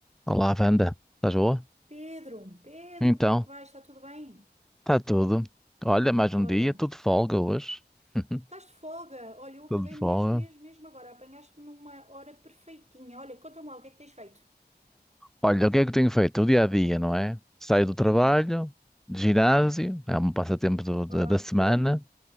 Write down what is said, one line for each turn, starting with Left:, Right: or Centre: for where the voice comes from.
Centre: Olá, Wanda. Estás boa?
Right: Pedro, Pedro,
Centre: Então,
Right: como é que vais? Está tudo bem?
Centre: está tudo. Olha, mais um
Right: Olha,
Centre: dia, tudo de folga hoje. <laughs>
Right: estás de folga? Olha, eu acabei
Centre: Tudo de
Right: mesmo,
Centre: folga.
Right: mesmo, mesmo agora. Apanhaste-me numa hora perfeitinha. Olha, conta-me lá o que é que tens feito.
Centre: Olha, o que é que eu tenho feito? O dia a dia, não é? Saio do trabalho,
Right: Uhum,
Centre: de ginásio,
Right: uhum.
Centre: é um passatempo do- da,
Right: Ah,
Centre: da semana.
Right: fu,